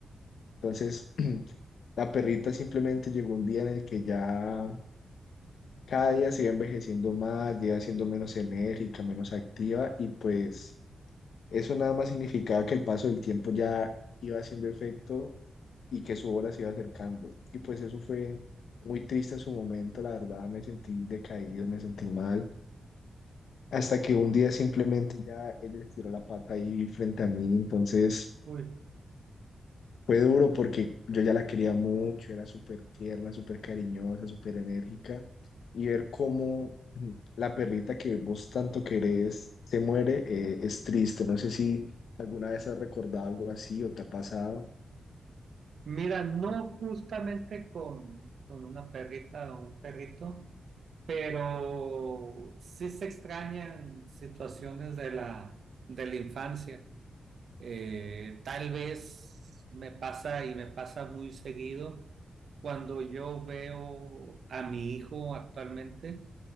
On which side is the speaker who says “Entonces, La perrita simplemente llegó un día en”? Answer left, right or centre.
Left